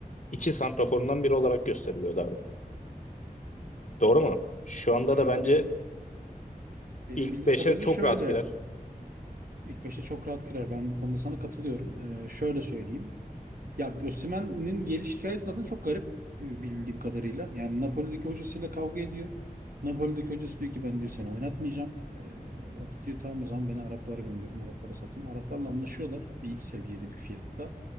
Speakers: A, on the left; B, on the right.
A: iki santraforundan biri olarak gösteriliyordu Doğru mu? Şu anda
B: Ya
A: da bence
B: benim benim
A: ilk
B: bildiğim
A: 5'e
B: kadarıyla
A: çok
B: şöyle
A: rahat girer.
B: ilk beşe çok rahat girer. Ben bu konuda sana katılıyorum. Ee, şöyle söyleyeyim. Ya Osimhen'in geliş hikayesi zaten çok garip e, bildiğim kadarıyla. Yani Napoli'deki hocasıyla kavga ediyor. Napoli'deki hocası diyor ki ben diyor seni oynatmayacağım. Ee, o da diyor tamam o zaman beni Araplara gönderin, Araplara satın. Araplarla anlaşıyorlar bir seviyede, bir fiyatta.